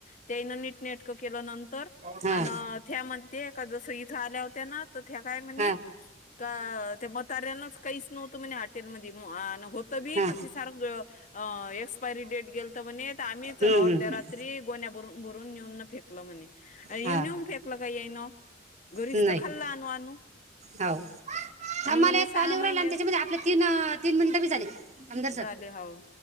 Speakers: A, on the left; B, on the right.
A: त्याईनं नीट नेटक केल नंतर
B: हा हा
A: अन त्या म्ह ते का जस इथं आल्या होत्या ना तर त्या काय म्हणे
B: हा
A: का ते म ऱ्यांनाच काहीच नव्हतं म्हणे हाटेलमध्ये अन होतं बी
B: हा
A: एक्सपायरी डेट गेलत म्हणे आम्हीच
B: हम्म
A: अर्ध्या
B: हम्म
A: रात्री गोन्याभरू भरून न्यू फेकल म्हणेव, य
B: हा
A: नेऊन फेकल का यायन घरीच
B: नाही
A: तर खाल्ल आणू आणू
B: हो
A: आणि
B: थांबाला
A: मणे
B: एक
A: सहा
B: कॉल येऊन
A: महिनेस
B: राहिला आणि त्याच्यामध्ये आपले तीन तीन मिनिटं बी झाले आमदार सर
A: झाले. हाव